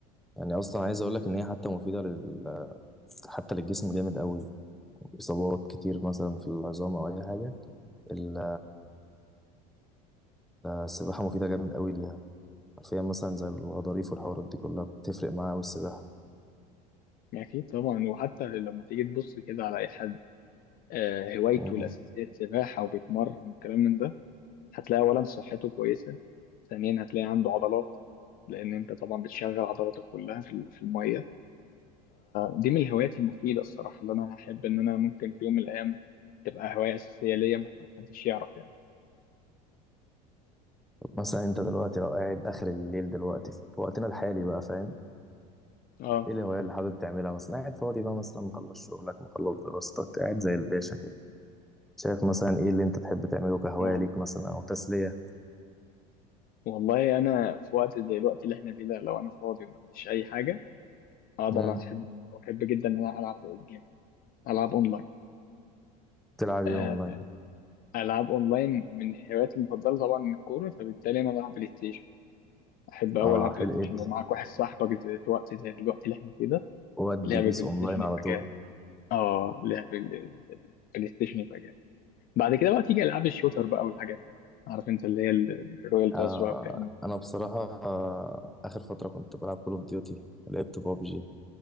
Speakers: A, in the centre; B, on the left.
A: يعني اصلا عايز اقول لك ان هي حتى مفيده لل... حتى للجسم جامد قوي اصابات كتير مثلا في العظام او اي حاجه ال... السباحه مفيده جامد قوي ليها حرفيا مثلا زي الغضاريف والحوارات دي كلها بتفرق معاه والسباحة
B: اكيد طبعا وحتى لما تيجي تبص كده على اي حد آه، هوايته
A: مم.
B: الاساسيه سباحه وبيتمرن والكلام من ده هتلاقي اولا صحته كويسه ثانيا هتلاقي عنده عضلات لان انت طبعا بتشغل عضلاتك كلها في ال- في الميه دي من الهوايات المفيده الصراحه اللي انا هحب ان انا ممكن في يوم من الايام تبقى هوايه اساسيه ليا ما حدش يعرف يعني
A: مثلا انت دلوقتي لو قاعد اخر الليل دلوقتي في وقتنا الحالي بقى فاهم
B: اه
A: ايه الهواية اللي حابب تعملها مثلا قاعد فاضي بقى مثلا مخلص شغلك مخلص دراستك قاعد زي الباشا كده شايف مثلا ايه اللي انت تحب تعمله كهواية
B: والله
A: ليك مثلا او تسلية
B: والله انا في وقت زي الوقت اللي احنا فيه ده لو انا فاضي وما عنديش اي حاجه اقدر
A: مم.
B: احب احب جدا ان انا العب جيم العب اونلاين
A: تلعب
B: آه،
A: ايه اونلاين
B: العاب اونلاين من هواياتي المفضله طبعا الكوره فبالتالي انا بلعب بلاي ستيشن احب اوي
A: اه
B: العب بلاي
A: حلو
B: ستيشن
A: ادي
B: لو معاك واحد صاحبك زي- في وقت زي الوقت اللي احنا فيه ده
A: ودي
B: لعب
A: بيس
B: بلاي
A: اونلاين
B: ستيشن
A: على
B: يبقى
A: طول
B: جامد اه لعب ال- ال- البلاي ستيشن يبقى جامد بعد كده بقى تيجي العاب الشوتر بقى والحاجات دي عارف انت اللي هي ال- ال- الرويال باس
A: آه
B: بقى والكلام ده
A: انا بصراحة آه اخر فترة كنت بلعب كول اوف ديوتي لعبت بابجي